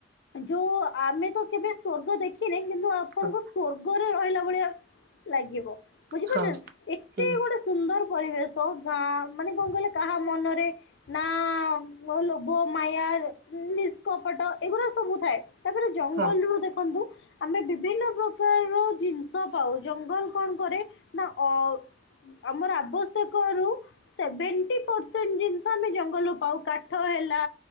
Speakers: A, on the left (about 85°); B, on the right (about 55°).
A: ଯୋଉ ଆମେ ତ କେବେ ସ୍ଵର୍ଗ ଦେଖିନେ କିନ୍ତୁ ଆପଣଙ୍କୁ
B: ହଁ
A: ସ୍ଵର୍ଗରେ ରହିଲା ଭଳିଆ ଲାଗିବ ବୁଝିପାରୁଛ
B: ହଁ
A: ଏତେ
B: ହୁଁ।
A: ଗୋଟେ ସୁନ୍ଦର ପରିବେଶ ଗାଁ ମାନେ କଣ କହିଲେ କାହା ମନରେ ନା ଲୋଭ ମାୟା ନିସ୍କପଟ ଏଗୁଡା ସବୁ ଥାଏ। ତାପରେ ଜଙ୍ଗଲରୁୁ
B: ହଁ
A: ଦେଖନ୍ତୁ ଆମେ ବି ବିଭିନ୍ନ ପ୍ରକାରର ଜିନିଷ ପାଉ ଜଙ୍ଗଲ କଣ କରେ ନା ଅ ଆମର ଆବଶ୍ୟକ ରୁ ସେଭେଣ୍ଟି ପର୍ସେଣ୍ଟ ଜିନିଷ ଆମେ ଜଙ୍ଗଲରୁୁ ପାଉ କାଠ ହେଲା